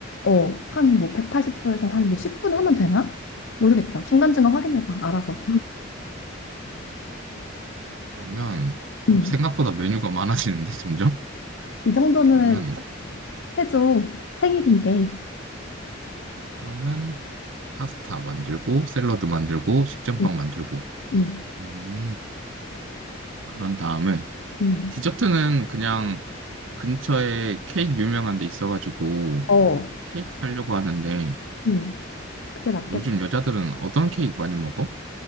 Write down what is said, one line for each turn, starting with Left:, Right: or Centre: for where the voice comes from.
Left: 어, 한 뭐 180도에서 한 뭐 10분 하면 되나? 모르겠다. 중간중간 확인해봐. 알아서.
Right: 그러면
Left: 음,
Right: 오,
Left: 음.
Right: 생각보다 메뉴가 많아지는데 <laughs> 점점?
Left: 이 정도는
Right: 그러면
Left: 해줘. 생일인데.
Right: 그러면 파스타 만들고 샐러드 만들고 식전빵
Left: 음,
Right: 만들고
Left: 음,
Right: 음 그런 다음에
Left: 음.
Right: 디저트는 그냥 근처에 케이크 유명한 데 있어가지고
Left: 어,
Right: 케이크 사려고 하는데
Left: 음. 그게 낫겠다.
Right: 요즘 여자들은 어떤 케이크 많이 먹어?